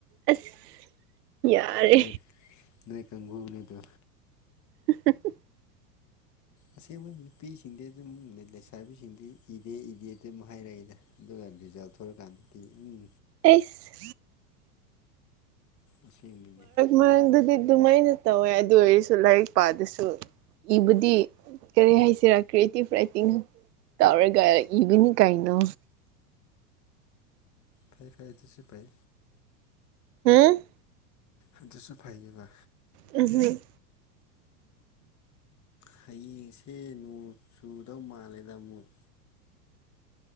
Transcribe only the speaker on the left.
ꯅꯣꯏ ꯅꯣꯏ ꯀꯥꯡꯕꯨꯨ ꯅꯦꯗꯨ
ꯑꯁꯦꯡꯕ ꯅꯨꯄꯤꯁꯤꯡꯗꯤ ꯑꯗꯨꯝ ꯂꯩꯁꯥꯕꯤꯁꯤꯡꯗꯤ ꯏꯗꯦ ꯏꯗꯦꯗꯤ ꯑꯗꯨꯝ ꯍꯥꯏꯔꯛꯏꯗ ꯑꯗꯨꯒ ꯔꯤꯖꯜ ꯊꯣꯏꯔꯀꯥꯟꯗꯗꯤ ꯎꯝ
ꯑꯁꯦꯡꯕꯅꯤ
ꯐꯩ ꯐꯩ ꯑꯗꯨꯁꯨ ꯐꯩ
ꯑꯗꯨꯁꯨ ꯐꯩꯕ
ꯍꯌꯦꯡꯁꯦ ꯅꯣꯡ ꯆꯨꯗꯧ ꯃꯥꯜꯂꯦꯗ ꯑꯃꯨꯛ